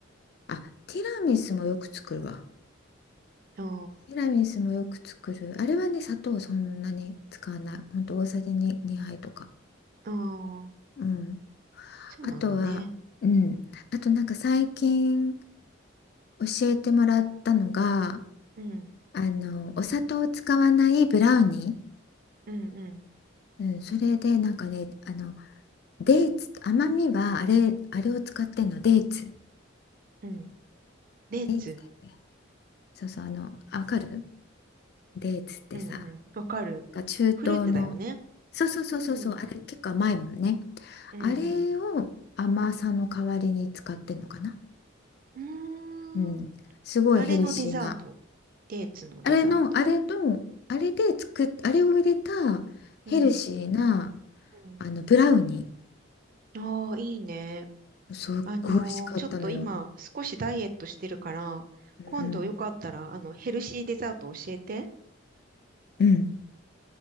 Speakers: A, on the left; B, on the right.
A: あ、ティラミスもよく作るわ。
B: あ
A: ティラミスもよく作る。あれはね、砂糖そんなに使わない。ほんと大さじ2、2杯とか。
B: あ、ああ、
A: うん。
B: そうなんだね。
A: あとは、うん。あとなんか最近教えてもらったのが、
B: うん、
A: あの、お砂糖を使わないブラウニー。
B: うん、う
A: うん、それでなんかね、あの、デーツ、甘みはあれ、あれを使ってんの、デーツ。
B: ん、うん。デーツ。
A: デーツだっけそうそう、あの、あわかるデーツってさ、
B: うんうん。わかる。
A: が中東の、
B: フルーツだよね。
A: そうそうそうそうそう、
B: うん、
A: あれ結構甘いもんね。
B: うん、
A: あれを甘さの代わりに使ってんのかな。
B: うん。うーん。
A: うん、すごいヘルシーな。
B: あれのデザート。デーツのデザート。
A: あれの、あれの、あれで作っ、あれを入れたヘルシーな
B: うん、うん。
A: あのブラウニ
B: ああ、いいね。
A: ー、すっごい美味しかったのよ。
B: あのーちょっと今少しダイエットしてるから、
A: うん
B: 今度よかったら、あの、ヘルシーデザート教えて。
A: うん、うん、